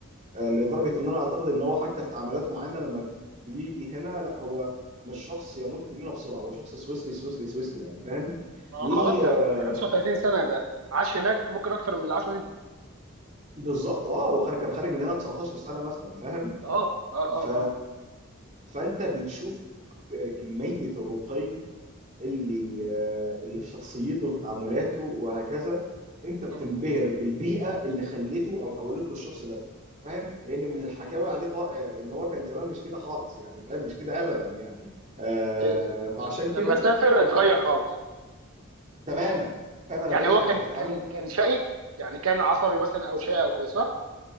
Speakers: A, on the right; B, on the right.
A: آه، لدرجه
B: امم
A: ان انا اعتقد ان هو حتى في تعاملاته معانا لما بيجي هنا لا هو مش شخص يموت لينا بسرعه هو شخص سويسري سويسري سويسري يعني فاهم
B: ما
A: و
B: خلاص ده
A: آه،
B: 35 سنه ده عاش هناك ممكن اكتر من اللي عاشه هنا
A: بالظبط اه هو خارج- كان خارج مننا 19 سنه مثلا فاهم
B: اه اه
A: ف
B: اه اه
A: فانت بتشوف كميه الرقي اللي آه، اللي في شخصيته وفي تعاملاته وهكذا انت بتنبهر
B: مم.
A: بالبيئه اللي خليته او حولته للشخص ده فاهم لان من الحكاوي عليه قا- آه، ان هو كان زمان مش كده خالص يعني فاهم مش كده ابدا يعني آه،
B: إيه إيه.
A: فعشان
B: لما
A: كده
B: سافر اتغير خالص
A: تماما فاهم انا
B: يعني
A: بقول
B: هو
A: لك
B: كان
A: انت بتتعامل
B: كان كان شقي يعني كان عصبي مثلا او شقي او كده صح